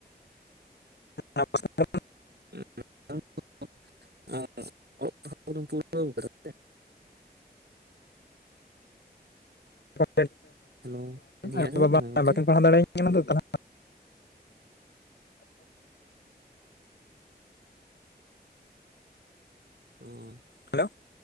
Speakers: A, on the left (about 80°); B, on the right (about 70°).
A: <unintelligible>
B: <inaudible>
A: <unintelligible>
B: ᱦᱮᱞᱳ ᱢᱮᱱᱫᱟᱹᱧ
A: ᱟᱭᱳᱼᱵᱟᱵᱟ
B: ᱟᱸᱡᱚᱢᱚᱜ ᱠᱟᱱᱟ ᱜᱚᱝᱠᱮ
A: ᱵᱟᱠᱤᱱ ᱯᱟᱲᱦᱟᱣ ᱫᱟᱲᱮᱭᱟᱹᱧ ᱠᱟᱱᱟ <inaudible>
B: ᱩ
A: ᱦᱮᱞᱳ